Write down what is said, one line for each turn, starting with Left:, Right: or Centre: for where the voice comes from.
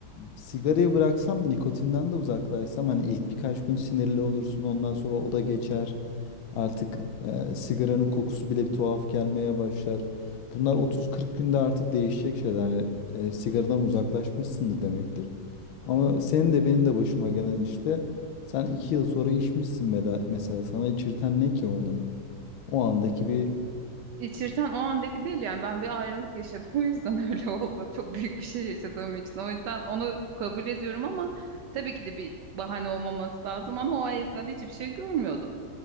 Left: sigarayı bıraksam nikotinden de uzaklaşsam hani ilk birkaç gün sinirli olursun ondan sonra o da geçer. Artık e, sigaranın kokusu bile bir tuhaf gelmeye başlar. Bunlar 30-40 günde artık değişecek şeyler. Yani, e, sigaradan uzaklaşmışsındır demektir. Ama senin de benim de başıma gelen işte sen 2 yıl sonra içmişsin mela- mesela sana içirten ne ki onu? O andaki bir
Right: İçirten o andaki değil yani ben bir ayrılık yaşadım <laughs> bu yüzden öyle oldu. Çok büyük bir şey yaşadığım için. O yüzden onu kabul ediyorum ama tabii ki de bir bahane olmaması lazım ama o esnada hiçbir şey görmüyordum.